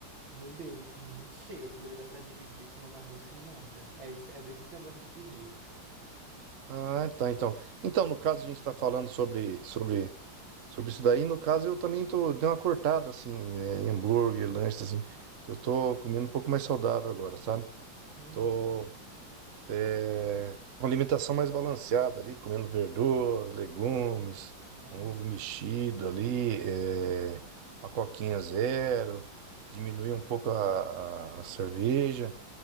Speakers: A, on the right; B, on the right.
A: meu Deus, assim, muito cheio. Aquilo ali dá pra dividir comendo almoço e janta. É, isso- é desses que eu gosto de pedir.
B: Ah, tá, então. Então, no caso, a gente está falando sobre, sobre, sobre isso daí. No caso, eu também tô, dei uma cortada, assim, é, em hambúrguer, lanches, assim, que eu tô comendo um pouco mais saudável agora, sabe?
A: Uhum.
B: Tô, é, com alimentação mais balanceada ali, comendo verduras, legumes,
A: Aham.
B: um ovo mexido ali, é, uma coquinha zero, diminuir um pouco a, a a cerveja.